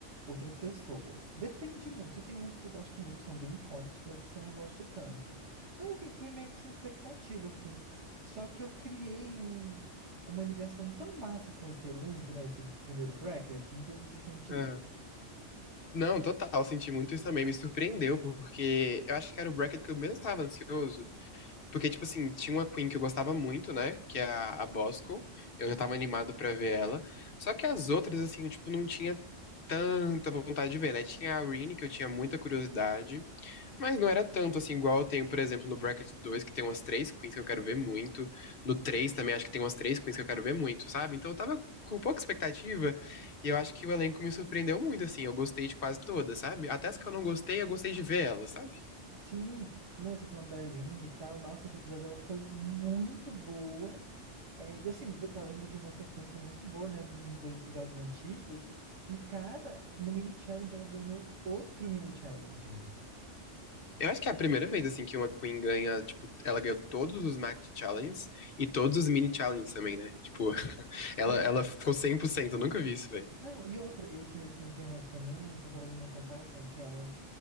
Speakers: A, on the right; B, on the left.
A: outras pessoas. Depende muito. Tem uns que eu gosto muito, que são bem icônicos, tem outros que eu não gosto tanto. Mas assim, fui meio que sem expectativa, assim. Só que eu criei um, uma ligação tão massa com esse elenco, né? Esse primeiro bracket. Não sei se você sente
B: aham.
A: isso.
B: Não, total, senti muito isso também. Me surpreendeu, porque eu acho que era o bracket que eu menos estava ansioso. Porque, tipo assim, tinha uma Queen que eu gostava muito, né? Que é a, a Bosco. Eu já tava animado pra ver ela. Só que as outras, assim, eu, tipo, não tinha tanta vontade de ver, né? Tinha a Rini, que eu tinha muita curiosidade. Mas não era tanto assim, igual eu tenho, por exemplo, no Bracket 2 que tem umas três queens que eu quero ver muito. No 3 também acho que tem umas três queens que eu quero ver muito, sabe? Então eu tava com pouca expectativa e eu acho que o elenco me surpreendeu muito, assim. Eu gostei de quase todas, sabe? Até as que eu não gostei, eu gostei de ver elas, sabe?
A: Sim, não, você falando da Irene e tal. Nossa, esse episódio ela foi muito boa. É, assim, tá vendo de uma sequência muito boa, né? Nos, nos dois episódios antigos. E, cara, no mini challenge ela ganhou outro mini challenge.
B: Eu acho que é a primeira vez, assim, que uma queen ganha, tipo, ela ganhou todos os Mact Challenges e todos os Mini Challenges também, né? Tipo,
A: Sim.
B: <laughs> ela,
A: E até,
B: ela ficou 100%, eu nunca vi isso, velho.
A: Não, e outra, eu tinha visto na internet também o pessoal fazendo uma comparação, que ela,